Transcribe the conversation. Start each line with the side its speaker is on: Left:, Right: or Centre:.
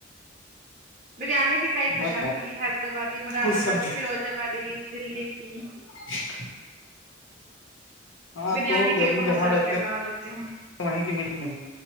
Right: بریانی بھی کئی پرکار
Left: میں
Right: کی ہوتی ہے حیدرآبادی مراد
Left: کچھ سبزی
Right: آبادی فیروز آبادی دلی کی
Left: <inaudible> ہاں
Right: بریانی
Left: تو ہو گیا
Right: کے
Left: ابھی جہاں
Right: بہت سارے
Left: رہتے
Right: پرکار
Left: ہو
Right: ہوتے ہیں
Left: وہیں کی مل گی نہیں